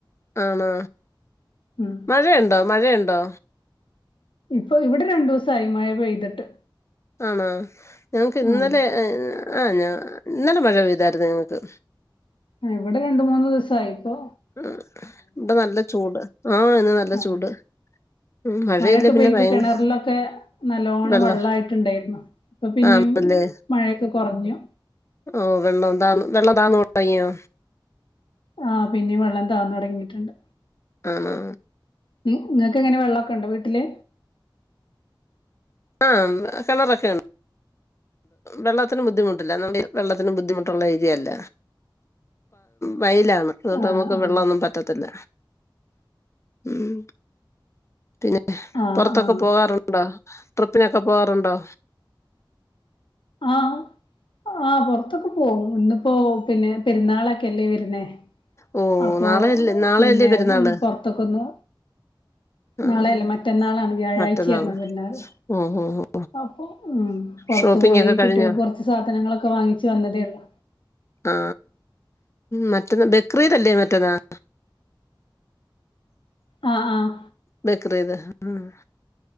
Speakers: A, on the left; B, on the left.
A: ആണോ
B: ഉം
A: മഴയുണ്ടോ, മഴയുണ്ടോ
B: ഇപ്പൊ ഇവിടെ രണ്ടു ദിവസം ആയി മഴ പെയ്തിട്ട്.
A: ആണോ. ഞങ്ങക്ക് ഇന്നലെ,
B: ആഹ്
A: ആ ഇന്നലെ മഴ പെയ്തായിരുന്നു. ഞങ്ങക്ക്
B: ഇവിടെ രണ്ട് മൂന്ന് ദിവസായിപ്പോ.
A: ഉം ഇവിടെ നല്ല ചൂട്. ആഹ് ഇന്ന് നല്ല
B: ആഹ്
A: ചൂട്. ഉം മഴയില്ല
B: മഴയൊക്കെ
A: പിന്നെ
B: പെയ്ത്
A: ഭയങ്ക
B: കിണറിലൊക്കെ നല്ലോണ്ണം
A: വെള്ളം
B: വെള്ളായിട്ടുണ്ടായിരുന്നു. ഇപ്പൊ പിന്നെയും
A: ആണല്ലേ
B: മഴയൊക്കെ കുറഞ്ഞു
A: ഓ വെള്ളം താ, വെള്ളം താണു തുടങ്ങിയോ.
B: ആ പിന്നെയും വെള്ളം താഴ്ന്ന് തുടങ്ങിയിട്ടുണ്ട്.
A: ആണോ
B: നിങ്ങൾക്ക് എങ്ങനെ വെള്ളമൊക്കെ ഉണ്ടോ വീട്ടില്.
A: ആ കിണറൊക്കെ ഉണ്ട്. വെള്ളത്തിന് ബുദ്ധിമുട്ടില്ല. നമ്മടെ വെള്ളത്തിന് ബുദ്ധിമുട്ടുള്ള ഏരിയല്ല. വയിലാണ്. അതുകൊണ്ട്
B: ആഹ്
A: നമുക്ക്
B: ആഹ്
A: വെള്ളമൊന്നും വറ്റത്തില്ല. ഉം. പിന്നെ
B: ആഹ്
A: പുറത്തൊക്കെ
B: ആഹ്
A: പോകാറുണ്ടോ. ഉണ്ടോ. ട്രിപ്പിനൊക്കെ പോവാറുണ്ടോ
B: ആഹ് ആ പുറത്തൊക്കെ പോകും. ഇന്നിപ്പോ പിന്നെ പെരുന്നാളൊക്കെല്ലേ വരുന്നേ.
A: ഓ
B: അപ്പൊ
A: നാളെയല്ലേ നാളെയല്ലേ
B: പിന്നെ
A: പെരുന്നാള്
B: പൊറത്തൊക്കൊന്ന്
A: ആഹ്
B: നാളെ അല്ല, മറ്റന്നാളാണ് വ്യാഴാഴ്ചയാണ്
A: മറ്റന്നാള്
B: പെരുന്നാള്
A: ഓ ഓ ഓ
B: അപ്പൊ ഉം. പുറത്തു
A: ഷോപ്പിംഗ്
B: പോയി
A: ഒക്കെ
B: കുട്ടികൾക്ക്
A: കഴിഞ്ഞോ
B: കുറച്ച് സാധനങ്ങളൊക്കെ വാങ്ങിച്ച് വന്നതേ ഉള്ളൂ
A: ആ മറ്റന്ന് ബക്രീദ് അല്ലേ മറ്റന്നാൾ.
B: ആഹ് ആഹ്
A: ബക്രീദ്. ഉം.